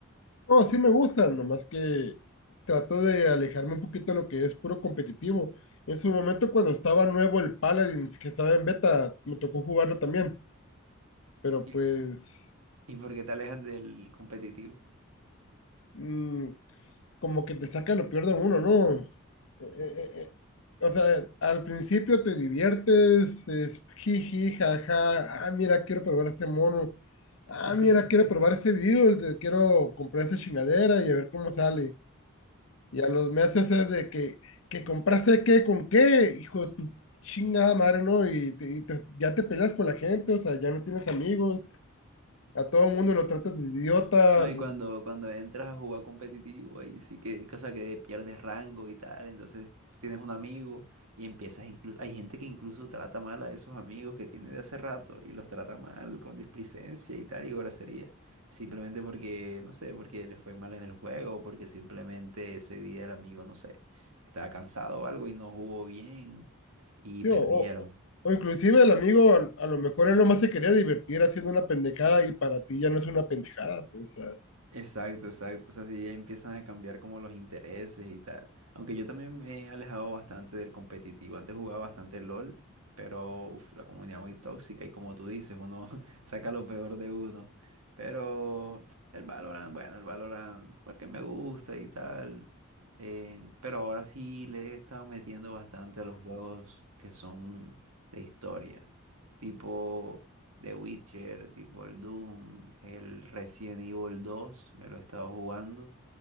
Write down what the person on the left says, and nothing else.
No, sí me gustan, nomás que trato de alejarme un poquito de lo que es puro competitivo. En su momento, cuando estaba nuevo el Paladins, que estaba en beta, me tocó jugarlo también. Pero
pues
mm, como que te saca lo peor de uno, ¿no? Eh, eh, eh, eh, o sea, al principio te diviertes, es jiji, jaja, ah, mira, quiero probar ese mono, ah,
mira, quiero probar ese virus, de- quiero comprar esa chingadera y a ver cómo sale. Y a los meses es de que, que compraste qué, con qué, hijo de tu chingada madre, ¿no? Y, te- y te- ya te peleas con la gente, o sea, ya no tienes amigos, a todo el mundo lo tratas de idiota,
Digo,
o, o inclusive el amigo a, a lo mejor él nomás se quería divertir haciendo una pendejada y para ti ya no es una pendejada. Pues, o sea,